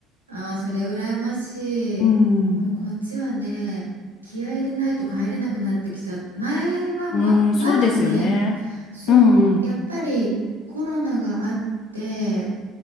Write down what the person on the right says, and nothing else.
ああーそれ羨ましいもうこっちはね気合い入れないと帰れなくなってきちゃった前はま、
まだね
そうやっぱりコロナがあって